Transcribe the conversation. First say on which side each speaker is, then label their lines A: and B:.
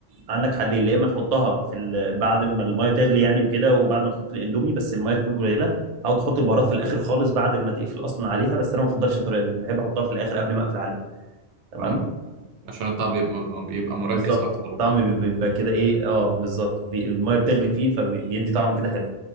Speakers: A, on the right; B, on the right.
A: عندك حلين يا اما تحطها في ال... بعد ما الميه تغلي يعني وكده وبعد ما تحط الاندومي بس الميه تكون قليله او تحط البهارات في الاخر خالص بعد ما تقفل اصلا عليها بس انا ما بفضلش الطريقه دي انا بحب احطها في الاخر قبل ما اقفل عليها تمام
B: فاهم. عشان الطبع بيبقى بيبقى
A: بالظبط
B: مركز اكتر
A: الطعم
B: وكده
A: بيبقى كده ايه اه بالظبط بي- الميه بتغلي فيه فبيدي طعم كده حلو